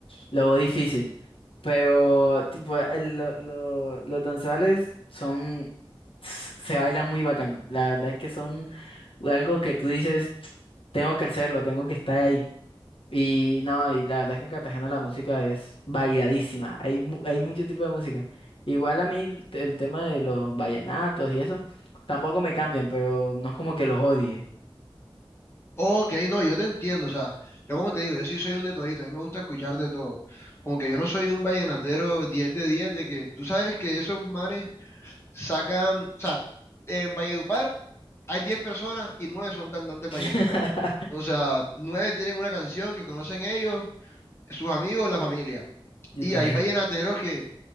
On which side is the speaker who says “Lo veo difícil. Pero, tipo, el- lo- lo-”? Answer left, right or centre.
Left